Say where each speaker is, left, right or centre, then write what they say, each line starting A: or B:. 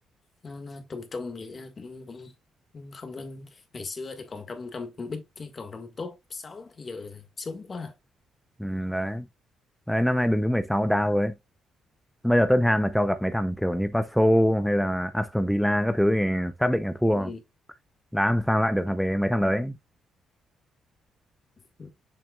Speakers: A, on the left; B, in the centre.
A: nó nó trung trung vậy đó, cũng cũng cũng không có ngày xưa thì còn trong trong bít cái còn trong top 6 thì giờ thì xuống quá à.
B: ừ, đấy đấy
A: ừ.
B: năm nay đứng thứ 16 đá với bây giờ Tottenham mà cho gặp mấy thằng kiểu Newcastle hay là Aston Villa các thứ thì xác định là thua
A: Ừ.
B: đá làm sao lại được
A: Ừ.
B: về mấy thằng đấy
A: ừ.